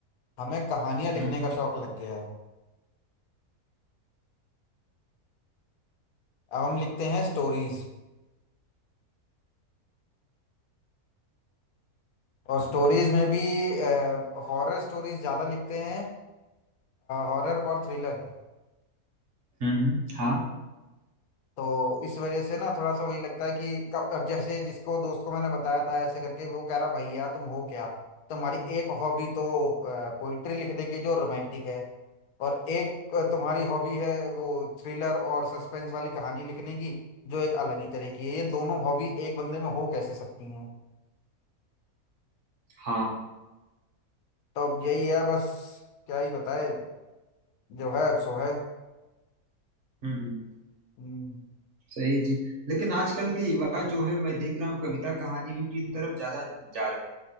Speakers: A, on the left (about 75°); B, on the right (about 55°).
A: हमें कहानियां लिखने
B: हम्म
A: का शौक लग गया है अब हम लिखते हैं स्टोरीज और स्टोरीज में भी हॉरर स्टोरीज ज्यादा लिखते हैं हॉरर और थ्रिलर
B: हम्म हम्म, हाँ
A: तो इस वजह से ना थोड़ा सा वही लगता है कि कब अब जैसे जिसको दोस्त को मैंने बताया था ऐसे करके वो कह रहा भैया तुम हो क्या तुम्हारी एक हॉबी तो पोइट्री लिखने की जो रोमांटिक है और एक अ, तुम्हारी हॉबी है वो थ्रिलर और सस्पेंस वाली कहानी लिखने की जो एक अलग ही तरह की है ये दोनों हॉबी एक बंदे में हो कैसे सकती हैं
B: हाँ
A: तो अब यही है बस क्या ही बताए जो है अब सो है
B: हम्म हम्म,
A: हम्म,
B: सही है जी लेकिन आजकल के युवा जो है मैं देख रहा हूँ कविता कहानियों की तरफ ज्यादा जा रहे हैं